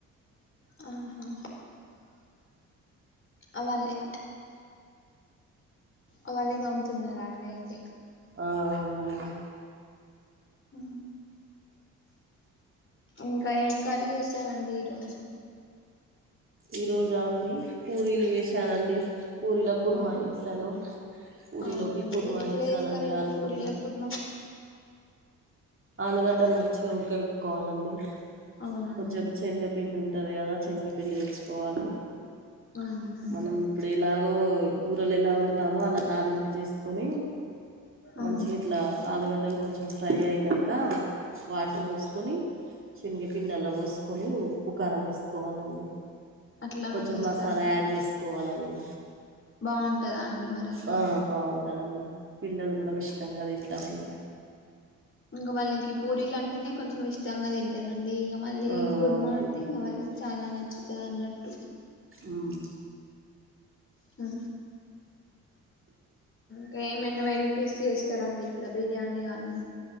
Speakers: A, on the left; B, on the right.
A: ఆహా అవన్నీ అవన్నీ దోముతున్నారా అండి అయితే
B: ఆ అవునండి
A: ఆ ఇంకా ఏం కర్రీ చేసారండి ఈరోజు
B: ఈ రోజా అండి కూరీలు చేశానండి పూరీలోకి కుర్మా
A: ఆ
B: చేసాను పూరీలోకి
A: అవునండి
B: కుర్మా
A: ఏట్లా
B: చేసానండి
A: చేస్తారండి
B: ఆలు
A: పూరి
B: కుర్మా
A: లోకి కూర్మ
B: ఆలుగడ్డలు మంచిగా ఉడక పెట్టుకోవాలండి
A: అవునండి
B: కొంచెం శనుగా పిండి ఉంటు ఉంటది కదా శనగపిండి తెచ్చుకోవాలి
A: అవునండి
B: మనం ఇప్పుడు ఎలాగో కూరలు ఎలా వండుతామో అలా తాలింపు చేసుకొని
A: ఆ
B: మంచిగా గీట్లా ఆలుగడ్డలు కొంచెం ఫ్రై అయినాక వాటర్ పోసుకొని శనగపిిండాలా పోసుకొని ఉప్పు కారం వేసుకోవాలండి
A: అట్లా
B: కొంచెం
A: చేస్తారా
B: మసాలా యాడ్ చేసుకోవాలండి
A: బాగుంటందా అండి మరి ఎట్లా
B: ఆ బాగుంటదండి పిల్లలు కూడా ఇష్టంగా తింటారండి
A: ఇంగా వాళ్ళకి పూరీలు అంటేనే కొంచెం ఇష్టంగా తింటారు అండి అండి ఇగా మళ్ళీ
B: ఆ
A: ఈ కుర్మ
B: అవునండి
A: అంటే ఇంక వాళ్ళకి చాలా నచ్చుతది అన్నట్టు
B: ఉమ్.
A: హు ఇంకా ఏమైనా వెరైటీస్ చేస్తారా అండి ఇట్లా బిర్యానీ కానీ